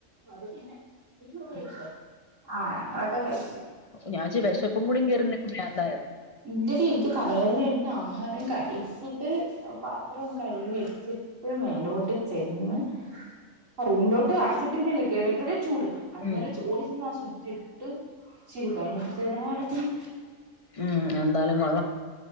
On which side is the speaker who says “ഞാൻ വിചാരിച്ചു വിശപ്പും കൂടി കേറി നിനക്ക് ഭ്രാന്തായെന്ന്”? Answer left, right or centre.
Left